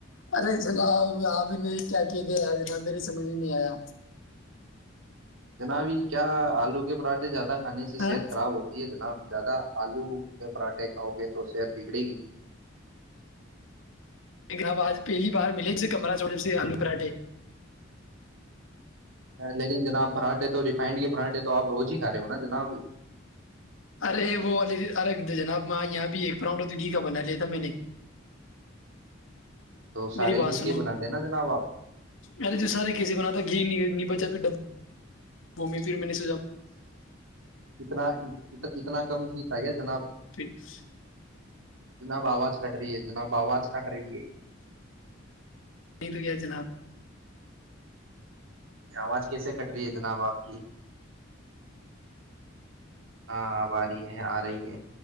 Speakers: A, on the left; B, on the right.
A: ارے چلا آپ بھی نہیں کیا کہ دے ج میری سمج ہی نہیں آیا
B: جنابی کیا آلو کے پراٹھے زیادہ کھانے سے
A: ہاں؟
B: صحت خراب ہوتی ہے جناب زیادہ آلو کے پراٹھے کاؤ گے تو صحت بگڑے گی
A: ایک اب آج پہلی بار ملے ہیی کمرہ چوڑ جب سے آلو کراٹے
B: لیکن جناب بھراٹے تو ریفائنڈ کے پررانڈے تو آپ روز ہی کھ رہے ہو نا جناب
A: ارے وہے ارے جناباں یہاں بھی ایک پراؤنڈ تو گھی کا بنا لیا تھا میں نے
B: تو سارے
A: میری بات
B: گھی
A: سنو
B: کے بناتے ہیں نا جناب آپ
A: ارے جو سارے کیسے بنات تھا گھی نب جا پ ڈبا وہ میں پھر میں نے سجا
B: اتنا اتنا کمتا گیا جنا
A: فکس
B: جناب آواز کٹ رہی ہے جناب آواز کٹ رہی ہے
A: نہیں تو کیا جناب
B: یہ آواز کیسے کٹ رہی ہے جناب آپ کی؟ ہاں اب آ رہی ہے آ رہی ہے